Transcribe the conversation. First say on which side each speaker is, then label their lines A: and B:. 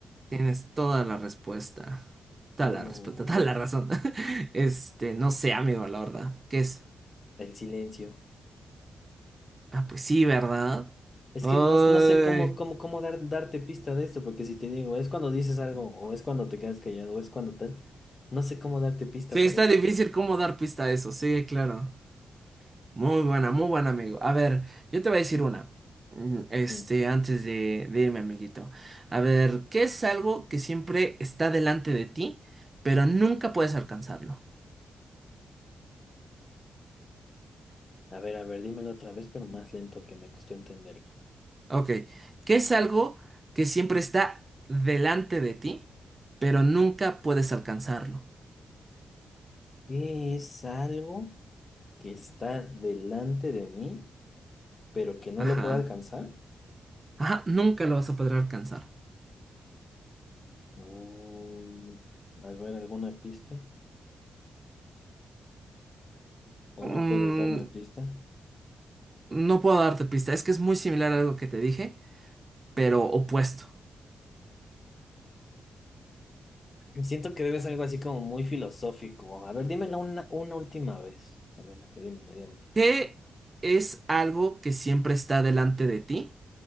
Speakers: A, on the right; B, on the left.
A: tienes toda la respuesta. Toda
B: Mm,
A: la respuesta, <laughs> toda la razón. <laughs> Este, no sé, amigo, la verdad. ¿Qué es?
B: el silencio.
A: Ah, pues sí, ¿verdad?
B: Es
A: Ay.
B: que no, no sé cómo, cómo, cómo dar, darte pista de esto, porque si te digo, es cuando dices algo, o es cuando te quedas callado, o es cuando tal, no sé cómo darte pista
A: Sí,
B: para
A: está
B: esto.
A: difícil cómo dar pista a eso. Sí, claro. Muy buena, muy buena, amigo. A ver, yo te voy a decir una. Mm, Este,
B: Mm,
A: antes de, de irme, amiguito. A ver, ¿qué es algo que siempre está delante de ti, pero nunca puedes alcanzarlo?
B: A ver, a ver, dímelo otra vez, pero más lento que me costó entenderla.
A: Ok, ¿qué es algo que siempre está delante de ti, pero nunca puedes alcanzarlo?
B: ¿Qué es algo que está delante de mí, pero que no
A: Ajá,
B: lo puedo alcanzar?
A: ajá, nunca lo vas a poder alcanzar.
B: Mm, a ver, ¿alguna pista? ¿O
A: Mm,
B: no puedes darme pista?
A: no puedo darte pista, es que es muy similar a algo que te dije, pero opuesto.
B: Siento que debes algo así como muy filosófico. A ver, dímela una, una última vez. A ver, a ver, dímela, dímela,
A: ¿Qué
B: por favor.
A: es algo que siempre está delante de ti,